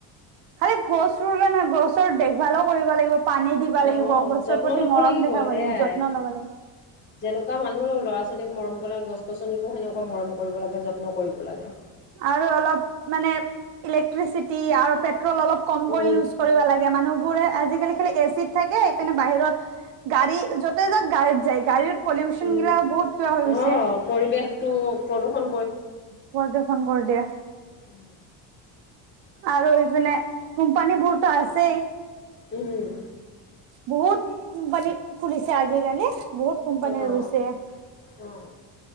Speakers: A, on the right; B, on the left.
A: খালি গছ ৰুলে নহয় গছৰ দেখ ভালো কৰিব লাগিব। পানী দিব
B: অ
A: লাগিব, গছৰ
B: যত্ন
A: প্ৰতি
B: লব
A: মৰম দেখাব লাগিব,
B: সেয়াই
A: যত্ন ল'ব লাগিব।
B: যেনেকুৱা মানুহ ল'ৰা ছোৱালীক মৰম কৰে গছ গছনিকো সেনেকুৱা মৰম কৰিব লাগে যত্ন কৰিব লাগে।
A: আৰু অলপ মানে ইলেক্ট্ৰিচিটি আৰু পেট্ৰল অলপ কম
B: উম
A: কৰি ইউজ কৰিব লাগে। মানুহবোৰে আজিকালি খালি এচিত থাকে সেইকাৰণে বাহিৰত গাড়ী য'তে যাক গাড়ীত যায়, গাড়ীত। পলিউচন
B: উম
A: গিলাও বহুত কা হৈ গৈছে।
B: অ পৰিৱেশটো প্ৰদূষন
A: প্ৰদূষন কৰি দিয়া।
B: উম,
A: আৰু এইপিনে কোম্পানী বোৰতো আছেই।
B: উম,
A: বহুত কোম্পানী খুলিছে আজিকালি বহুত কোম্পানী
B: অ
A: হৈ গৈছে।
B: অ